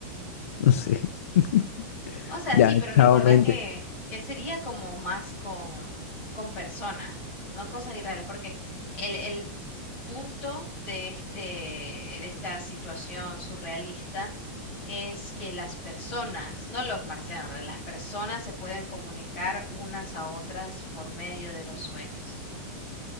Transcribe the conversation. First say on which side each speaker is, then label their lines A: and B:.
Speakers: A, on the left; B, on the left.
A: no sé, <laughs>
B: O sea, sí,
A: ya,
B: pero recordá
A: chao mente.
B: que, que sería como más con, con personas, no cosas irreales, porque el, el punto de este, de esta situación surrealista es que las personas, no los marcianos, ¿verdad? Las personas se pueden comunicar unas a otras por medio de los sueños.